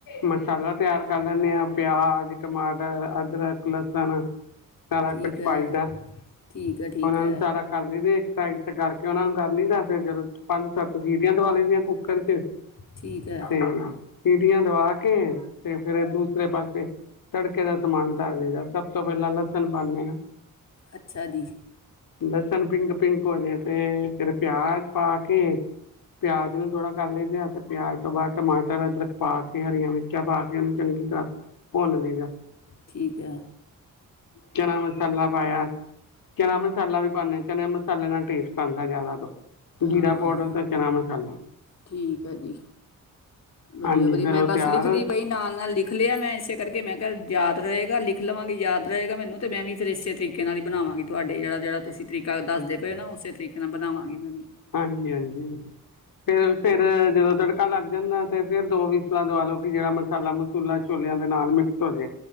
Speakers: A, on the left; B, on the left.
A: ਮਸਾਲਾ ਤਿਆਰ ਕਰ ਲੈਂਨੇ ਆਂ, ਪਿਆਜ, ਟਮਾਟਰ, ਅਦਰਕ, ਲਸਣ ਚਾਲਾ
B: ਠੀਕ
A: ਕੁਛ
B: ਹੈ
A: <inaudible> ਪਾਈਦੈ,
B: ਠੀਕ ਹੈ ਠੀਕ
A: ਉਹਨਾਂ
B: ਹੈ
A: ਨੂੰ ਸਾਰਾ ਕਰ ਲਈਦੇ ਸਾਈਡ ਚ ਕਰਕੇ, ਉਹਨਾ ਨੂੰ ਕਰ ਲਇਦਾ ਫਿਰ, ਜਦੋਂ ਪੰਜ ਸੱਤ ਸੀਟੀਂਆਂ ਦਵਾ ਲਈਦੀਆਂ ਕੁੱਕਰ ਚ
B: ਠੀਕ ਹੈ
A: ਤੇ ਨਾ <inaudible> ਸੀਟੀਂਆਂ ਦਵਾ ਕੇ, ਤੇ ਫਿਰ ਦੂਸਰੇ ਪਾਸੇ ਤੜਕੇ ਦਾ ਸਮਾਨ ਦੱਸ ਦੇਦਾ ਸਭ ਤੋਂ ਪਹਿਲਾਂ ਲਸਣ ਪਾਉਦੇ ਆਂ।
B: ਅੱਛਾ ਜੀ।
A: ਲਸਣ ਪਿੰਕ ਪਿੰਕ ਹੋ ਜਾਏ ਤੇ, ਫਿਰ ਪਿਆਜ ਪਾ ਕੇ ਪਿਆਜ ਨੂੰ ਥੋੜਾ ਕਰ ਲਈਦਾ, ਤੇ ਪਿਆਜ ਤੋਂ ਬਾਅਦ ਟਮਾਟਰ, ਅਦਰਕ ਪਾ ਕੇ ਹਰੀਆਂ ਮਿਰਚਾਂ ਪਾ ਕੇ, ਉਹਨੂੰ ਚੰਗੀ ਤਰ੍ਹਾਂ ਭੁੰਨ ਲਈਦਾ।
B: ਠੀਕ ਐ।
A: ਚਨਾ ਮਸਾਲਾ ਪਾਇਆ, ਚਨਾ ਮਸਾਲਾ ਵੀ ਪਾਨੇ ਆ ਚਨ ਮ ਮਸਾਲੇ ਨਾਲ ਟੇਸਟ ਆਉਂਦਾ ਜ਼ਿਆਦਾ ਤੋਂ ਜੀਰਾ
B: ਹਾਂ
A: ਪਾਊਡਰ
B: ਹਾਂ
A: ਤੇ ਚਨਾ ਮਸਾਲਾ
B: ਠੀਕ ਹੈ ਜੀ, ਵਧੀਆ
A: ਹਾਂਜੀ
B: ਵਧੀਆ
A: ਫਿਰ
B: ਮੈਂ
A: ਉਹ
B: ਬੱਸ
A: ਤਿਆਰ
B: ਲਿਖਦੀ
A: ਹੋਏ।
B: ਪਈ ਨਾਲ -ਨਾਲ ਲਿਖ ਲਿਆ, ਮੈਂ ਇਸੇ ਕਰਕੇ ਮੈਂ ਕਿਹਾ ਯਾਦ ਰਹੇ। ਲਿਖ ਲਵਾਂਗੀ ਯਾਦ ਰਏਗਾ ਮੈਨੂੰ, ਤੇ ਮੈਂ ਵੀ ਫਿਰ ਇਸੇ ਤਰੀਕੇ ਨਾਲ ਹੀ ਬਨਾਵਾਂਗੀ, ਤੁਹਾਡੇ ਜਿਹੜਾ ਜਿਹੜਾ ਤੁਸੀਂ ਤਰੀਕਾ ਦੱਸਦੇ ਪਏ ਹੋ ਨਾ ਉਸੇ ਤਰੀਕੇ ਨਾਲ ਬਣਾਵਾਂਗੀ ਮੈੰ।
A: ਹਾਂਜੀ -ਹਾਂਜੀ, ਫਿਰ ਫੇਰ ਜਦੋਂ ਤੜਕਾ ਲੱਗ ਜਾਂਦਾ ਤੇ ਫਿਰ, ਦੋ ਵੀਸਲਾ ਦਵਾਲੋ ਕਿ ਜਿਹੜਾ ਮਸਾਲਾ ਮਸੂਲਾ ਛੋਲਿਆਂ ਦੇ ਨਾਲ ਮਿਕਸ ਹੋ ਜਾਵੇ।